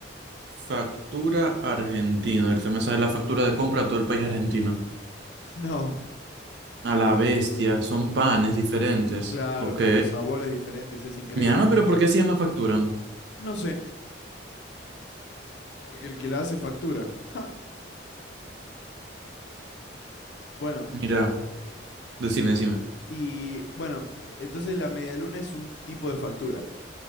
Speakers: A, on the right; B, on the left.
A: Factura argentina. Ahorita me sale la factura de compra a todo el país argentino.
B: <laughs> No,
A: A la bestia, son panes diferentes.
B: claro,
A: Ok.
B: con sabores diferentes, es increíble.
A: Mi alma, pero ¿por qué se llama facturan?
B: No sé, porque el que la hace factura. Ja. Bueno,
A: Mira, decime, decime.
B: Y bueno, entonces la medialuna es un tipo de factura.